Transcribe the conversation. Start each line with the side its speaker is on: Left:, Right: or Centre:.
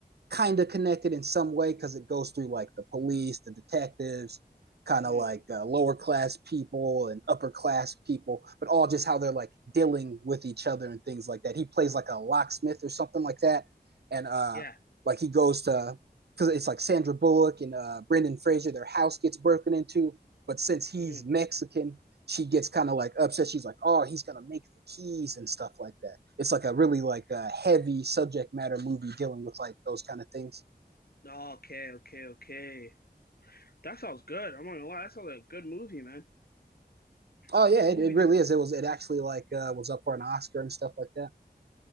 Right: kind of connected in some way because it goes through like the police, the detectives, kind
Left: hmm
Right: of like uh, lower class people and upper class people, but all just how they're like dealing with each other and things like that. He plays like a locksmith or something like that, and uh,
Left: Yeah.
Right: like he goes to because it's like Sandra Bullock and uh, Brendan Fraser, their house gets broken into, but since he's
Left: hmm
Right: Mexican, she gets kind of like upset. She's like, "Oh, he's gonna make the keys and stuff like that." It's like a really like a heavy subject matter movie dealing with like those kind of things.
Left: Okay, okay, okay. That sounds good. I'm not gonna lie. That sounds like a good movie, man.
Right: Oh
Left: What
Right: yeah, it,
Left: movie
Right: it really
Left: do?
Right: is. It was it actually like uh, was up for an Oscar and stuff like that.